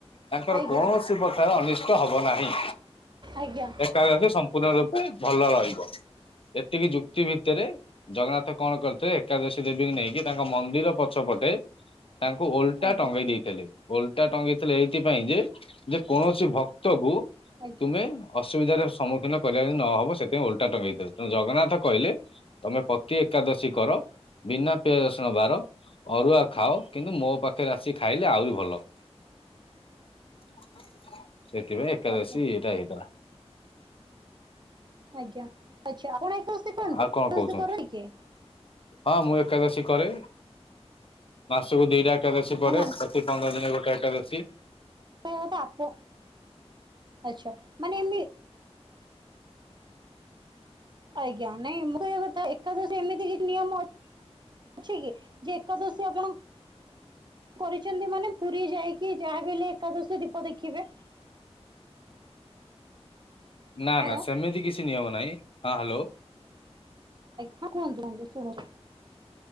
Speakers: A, on the left; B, on the right.
A: ତାଙ୍କର
B: ଆଜ୍ଞା
A: କୌଣସି
B: ଆଜ୍ଞା ଆଜ୍ଞା
A: ପ୍ରକାର ଅନିଷ୍ଟ ହବ ନାହିଁ।
B: ଆଜ୍ଞା।
A: ଏକାଦଶୀ ସମ୍ପୂର୍ଣ୍ଣ ରୂପେ ଭଲ ରହିବ। ଏତିକି ଯୁକ୍ତି ଭି ତରେ ଜଗନ୍ନାଥ କଣ କରିଥିଏ ଏକାଦଶୀ ଦେବୀଙ୍କୁ ନେଇକି ତାଙ୍କ ମନ୍ଦିର ପଛ ପଟେ ତାଙ୍କୁ ଓଲଟା
B: ଆଜ୍ଞା
A: ଟଙ୍ଗେଇ ଦେଇଥିଲେ। ଓଲଟା ଟଙ୍ଗେଇ ଥିଲେ ଏଇଥିପାଇଁ ଯେ ଯେ କୌଣସି ଭକ୍ତକୁ
B: ଆଜ୍ଞା
A: ତୁମେ ଅସୁବିଧାର ସମ୍ମୁଖୀନ କରିବା ଯେମିତି ନ ହବ ସେଥିପାଇଁ ଓଲଟା ଟଙ୍ଗେଇ ଥିଲେ। ତେଣୁ ଜଗନ୍ନାଥ କହିଲେ ତୋମେ ପତି ଏକାଦଶୀ କର ବିନା ପିଆଜ ରସୁଣ ବାର ଅରୁଆ ଖାଅ କିନ୍ତୁ ମୋ ପାଖରେ ଆସିି ଖାଇଲେ ଆଉରି ଭଲ। <inaudible> ସେଥିପାଇଁ ଏକାଦଶୀ
B: ଆଜ୍ଞା ଆଜ୍ଞା
A: ଇଏଟା ହେଇଥିଲା।
B: ଆଜ୍ଞା, ଆଚ୍ଛା, ଆପଣ ଏକାଦଶୀ କରନ୍ତି?
A: ଆଉ କଣ
B: ଏକାଦଶୀ
A: କହୁଛନ୍ତି
B: କରୁଣି କିଏ?
A: ହଁ, ମୁଁ ଏକାଦଶୀ କରେ, ମାସକୁ ଦିଟା ଏକାଦଶୀ
B: ନା
A: ପଡେ
B: ନା
A: ପ୍ରତି ପନ୍ଦର ଦିନେ ଗୋଟେ ଏକାଦଶୀ।
B: ତ ଏ ଆପ ଆଚ୍ଛା ମାନେ ଏମି ଆଜ୍ଞା ନାଇଁ ମୁଁ କଇବା କଥା ଏକାଦସି ଏମିତି କିଛି ନିୟମ ଅଛି କି ଯେ ଏକାଦଶି ଆପଣ କରିଚନ୍ତି ମାନେ ପୁରୀ ଯାଇକି ଯାହା ବି ହେଲେ ଏକାଦଶୀ ଦୀପ ଦେଖିବେ। ହ୍ୟାଲୋ
A: ନା ନା ସେମିତି କିଛି ନିୟମ ନାଇଁ ହଁ ହାଲୋ।
B: ହଁ କୁହନ୍ତୁ କୁହନ୍ତୁ ଶୁଣୁଚି।